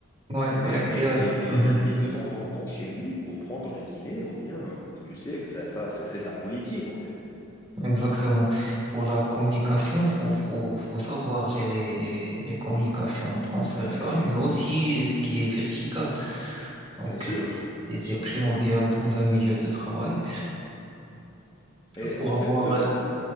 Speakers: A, on the right; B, on the left.
A: Ouais,
B: Et même,
A: ouais,
B: elle,
A: yeah.
B: elle- elle
A: mhm,
B: les invite de temps en temps chez lui pour prendre le dîner, ou bien, tu sais, ça, ça, c'est c'est de la politique, en fait.
A: Exactement. Pour la communication, faut, faut, faut savoir gérer les, les communications transversales,
B: Ouais,
A: mais aussi ce qui est vertical. Donc,
B: bien sûr,
A: euh, c'est,
B: bien
A: c'est
B: sûr.
A: primordial dans un milieu de travail
B: Et
A: pour
B: en fait,
A: avoir.
B: euh,
A: euh,